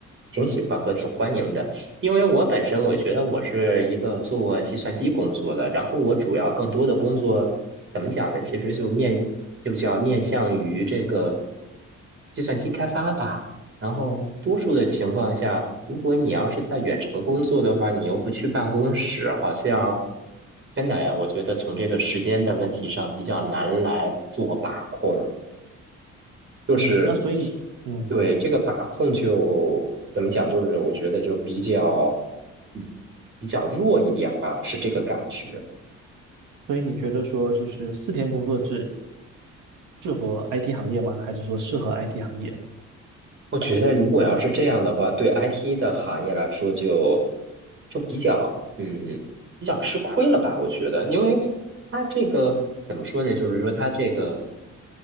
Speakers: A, on the right (about 40°); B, on the right (about 80°).
A: 挺喜欢和挺欢迎的，因为我本身我觉得我是一个做计算机工作的，然后我主要更多的工作怎么讲呢？其实就面就叫面向于这个计算机开发吧。然后多数的情况下，如果你要是在远程工作的话，你又不去办公室，好像真的呀，我觉得从这个时间的问题上比较难来做把控，就是
B: 嗯，那所以你，嗯，
A: 对这个把控就怎么讲，就是我觉得就比较嗯比较弱一点吧，是这个感觉。
B: 所以你觉得说就是四天工作制适合 IT 行业吗？还是说适合 IT 行业？
A: 我觉得如果要是这样的话，对 IT 的行业来说就就比较嗯比较吃亏了吧？我觉得，因为它这个怎么说呢？就是说它这个。